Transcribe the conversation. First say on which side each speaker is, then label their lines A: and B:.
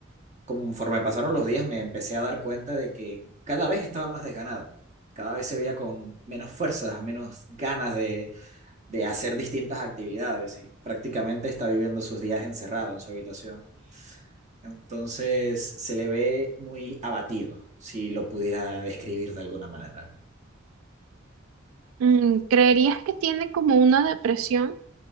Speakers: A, on the right; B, on the right.
A: conforme pasaron los días me empecé a dar cuenta de que cada vez estaba más desganado, cada vez se veía con menos fuerzas, menos ganas de, de hacer distintas actividades y prácticamente está viviendo sus días encerrado en su habitación. Entonces se le ve muy abatido, si lo pudiera describir de alguna manera.
B: Mm, ¿creerías que tiene como una depresión?